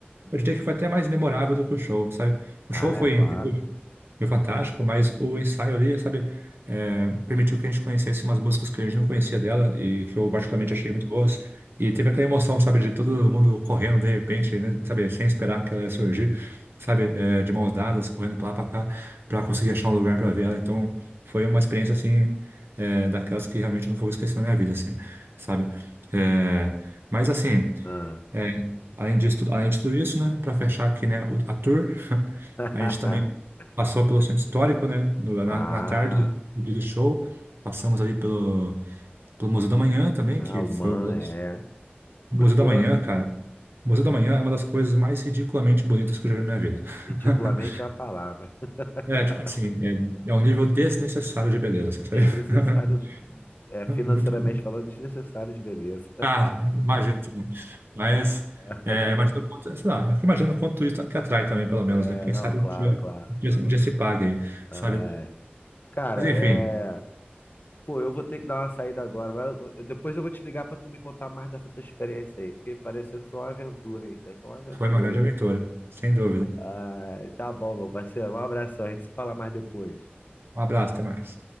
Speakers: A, on the right; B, on the left.
A: eu diria que foi até mais memorável do que o show, sabe? O
B: Ah,
A: show foi
B: é claro.
A: incrível, foi fantástico, mas o ensaio ali, sabe, é, permitiu que a gente conhecesse umas músicas que a gente não conhecia dela e que eu
B: Hum,
A: particularmente achei muito boas. E teve aquela emoção, sabe, de todo mundo correndo de repente, né, sabe, sem esperar que ela ia surgir, sabe, é, de mãos dadas, correndo pra lá pra cá, pra conseguir achar um lugar pra ver ela. Então, foi uma experiência, assim, é, daquelas que realmente eu não vou esquecer na minha vida, assim, sabe? É, mas, assim.
B: ah.
A: É, além disso, tudo- além de tudo isso, né, para fechar aqui, né, o- a tour, <laughs>
B: <laughs>
A: a gente também passou pelo centro histórico, né, no-
B: Ah,
A: na, na tarde do, do dia do show, passamos ali pelo, pelo Museu da Manhã também,
B: ah,
A: que
B: o
A: foi
B: man
A: uma das...
B: é.
A: O
B: Gostou?
A: Museu da Manhã, cara, o Museu da Manhã é uma das coisas mais ridiculamente bonitas que eu já vi na minha vida.
B: Ridiculamente
A: <laughs>
B: é a palavra. <laughs>
A: É, tipo assim, é, é um nível desnecessário de beleza, assim, sabe?
B: Desnecessário,
A: <laughs>
B: é, financeiramente
A: Muito,
B: falando, desnecessário de beleza.
A: Ah, imagino também. Mas,
B: <laughs>
A: é, imagino quanto, sei lá, eu fico imaginando quanto isso que atrai também, pelo menos,
B: É,
A: né? Quem
B: não,
A: sabe
B: claro,
A: um dia,
B: claro.
A: um dia, um dia se paga aí,
B: Ai,
A: sabe?
B: cara,
A: Mas, enfim,
B: é. Pô, eu vou ter que dar uma saída agora, mas eu- eu- depois eu vou te ligar pra tu me contar mais dessa tua experiência aí, porque pareceu que foi uma aventura, hein? Isso aí foi uma aventura,
A: foi uma grande aventura,
B: hein?
A: sem dúvida.
B: Ai, tá bom, meu parceiro. Um abração. A gente se fala mais depois.
A: Um abraço, até mais.